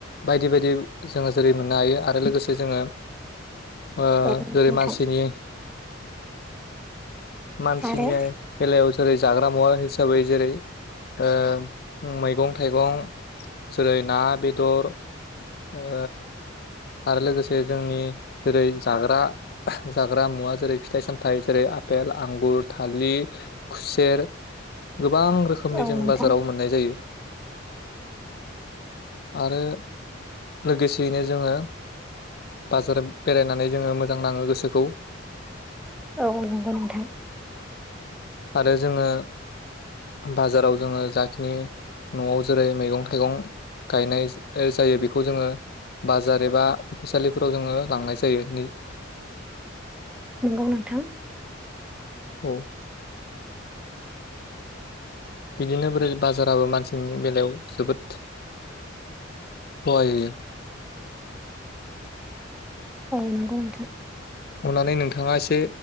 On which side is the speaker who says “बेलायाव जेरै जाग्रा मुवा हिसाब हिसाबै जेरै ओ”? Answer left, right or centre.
Left